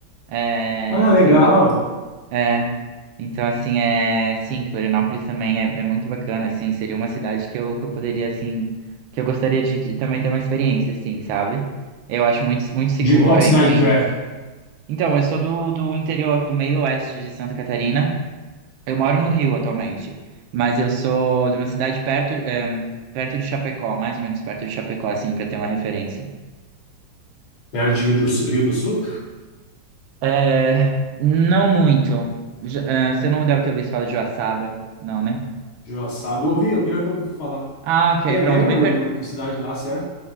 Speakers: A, on the right; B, on the left.
A: É,
B: Ah,
A: então
B: legal.
A: É. Então, assim, é. Sim, Florianópolis também é, é muito bacana, assim. Seria uma cidade que eu, que eu poderia, assim. Que eu gostaria de, de também ter uma experiência, assim, sabe? Eu acho muito, muito segura,
B: De qual cidade
A: enfim.
B: tu é?
A: Então, eu sou do, do interior, do meio oeste de Santa Catarina. Eu moro no Rio atualmente, mas eu sou de uma cidade perto, é, perto de Chapecó, mais ou menos perto de Chapecó, assim, pra ter uma referência.
B: Perto de Rio do Sul, Rio do Sul?
A: É. Não muito. Já- é, você não deve ter ouvido falar de Joaçaba, não, né?
B: Joaçaba, eu ouvi, é o pior que eu ouvi falar.
A: Ah, ok,
B: Tem até
A: pronto.
B: uma
A: Bem, per-
B: universidade lá, certo?